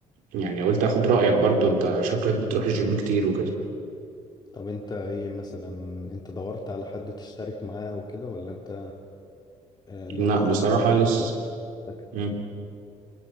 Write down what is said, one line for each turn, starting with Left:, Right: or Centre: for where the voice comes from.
Right: يعني قلت اخد رايك برضو انت شكلك بتروح الجيم كتير وكده
Left: طب انت ايه مثلا انت دورت على حد تشترك معاه او كده ولا انت آه، اللي
Right: لا
Left: هو
Right: بصراحه
Left: ناوي
Right: لسه
Left: تعمل- نفسك-
Right: مم.